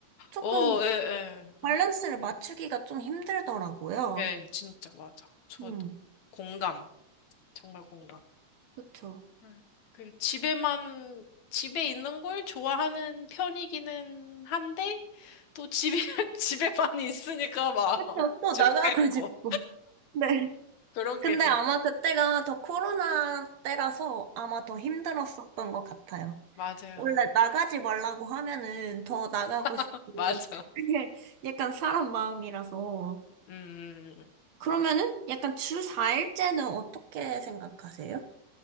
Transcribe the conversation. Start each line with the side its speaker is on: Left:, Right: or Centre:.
Right: 조금
Left: 어, 예, 예, 맞아.
Right: 밸런스를 맞추기가 좀 힘들더라고요.
Left: 예, 진짜 맞아. 저도
Right: 음,
Left: 공감. 정말 공감.
Right: 그쵸.
Left: 음, 그 집에만 집에 있는 걸 좋아하는 편이기는 한데 또 집에 <laughs> 집에만 있으니까 막
Right: 그쵸, 또
Left: 좋겠고
Right: 나가고 싶고. 네.
Left: 그런
Right: 근데
Left: 게 진-
Right: 아마 그때가 더 코로나 때라서 아마 더 힘들었었던 것 같아요.
Left: 맞아요.
Right: 원래 나가지 말라고 하면은 더 나가고 싶고,
Left: <laughs> 맞아.
Right: 그게 약간 사람 마음이라서.
Left: 음. 음, 음.
Right: 그러면은 약간 주 4일째는 어떻게 생각하세요?